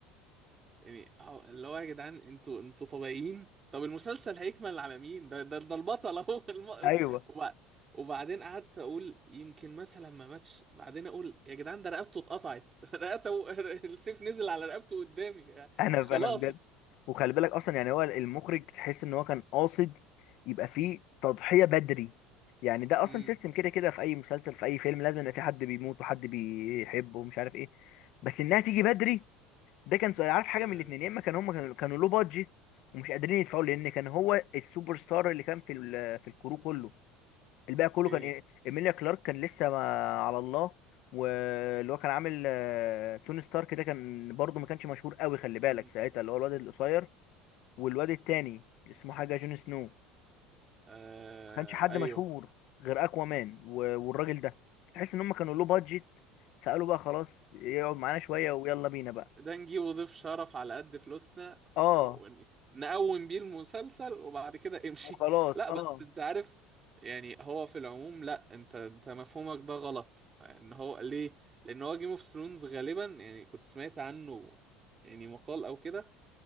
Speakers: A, on the right; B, on the left.
A: يعني هو- اللي هو يا جدعان انتوا انتوا طبيعيين طب المسلسل هيكمل على مين ده ده ده البطل اهو <laughs> الم...
B: ايوه
A: وبع- وبعدين قعدت اقول يمكن مثلا ما ماتش بعدين اقول يا جدعان ده رقبته اتقطعت <laughs> رقبته السيف نزل على رقبته قدامي
B: انا انا
A: خلاص
B: بجد وخلي بالك اصلا يعني هو المخرج تحس ان هو كان قاصد يبقى فيه تضحيه بدري يعني
A: <laughs>
B: ده اصلا
A: امم
B: سيستم كده كده في اي مسلسل في اي فيلم لازم يبقى في حد بيموت وحد بيحبه ومش عارف ايه بس انها تيجي بدري ده كان سؤال عارف حاجه
A: آه.
B: من الاثنين يا اما كان هم كانوا كانوا لو بادجت ومش قادرين يدفعوا لان كان هو السوبر ستار اللي كان في ال- في الكرو كله الباقي
A: اوكي
B: كله كان إيه؟ ايميليا كلارك كان لسه ما على الله واللي هو كان عامل آه، توني ستارك ده كان برضه ما كانش مشهور قوي خلي بالك
A: امم
B: ساعتها اللي هو الواد القصير والواد التاني اللي اسمه حاجه جون سنو
A: آه.
B: ما كانش حد
A: ايوه
B: مشهور غير اكوامان و- والراجل ده تحس ان هم كانوا له بادجت فقالوا بقى خلاص يقعد معانا شويه ويلا بينا بقى
A: ده نجيبه ضيف شرف على قد فلوسنا
B: اه
A: و- ون- نقوم بيه المسلسل وبعد كده امشي
B: وخلاص
A: <laughs> لا
B: اه
A: بس انت عارف يعني هو في العموم لا انت انت مفهومك ده غلط ان هو ليه لان هو جيم اوف ثرونز غالبا يعني كنت سمعت عنه يعني مقال او كده